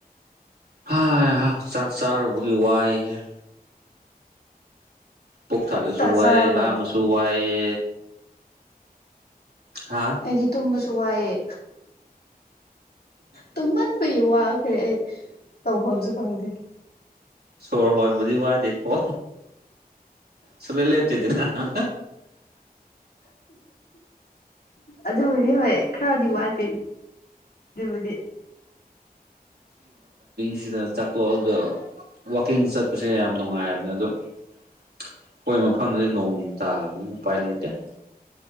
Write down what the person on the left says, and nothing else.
ꯇꯞ ꯇꯥ ꯆꯥꯕ꯭ꯔꯕ
ꯑꯩꯗꯤ ꯇꯨꯝꯕꯁꯨ ꯋꯥꯏꯑꯦ ꯇꯨꯝꯍꯟꯕꯌ ꯋꯥꯅꯤ ꯑꯩ ꯇꯐꯝꯝꯁꯨ ꯈꯪꯗꯦ ꯗꯥ
ꯑꯗꯨꯕꯨꯗꯤ ꯍꯣꯏ ꯈꯔ ꯗꯤ ꯋꯥꯗꯦ ꯑꯗꯨꯅ ꯑꯗꯨꯗꯤ ꯅꯤ